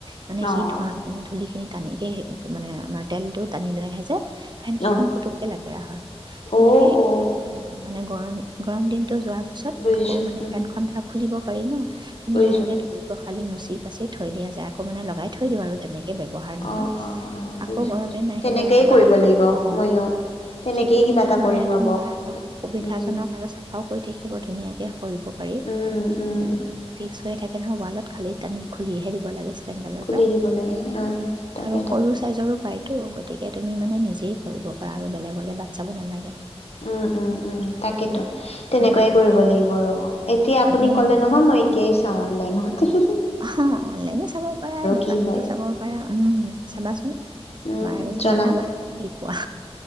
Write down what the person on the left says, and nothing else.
অ'
অ'
অ' অ'
বুজিছো
উম
বুজিছো বুজিছো
অ' অ' অ' বুজিছো
বুজিছো
তেনেকেই
কৰিব লাগিব
ময়ো তেনেকেই
কিবা
এটা
কৰিম ৰ'ব
উম
উম
উম উম
খুলি
দিব লাগে অ' তাকে
তাকে
উম উম উম তাকেতো তেনেকুৱাইে
কৰিব লাগিব ৰব এতিয়া আপুনি
কলে নহয় মই এতিয়াই ছা অনলাইনতে
কি হয়
উম
জনাম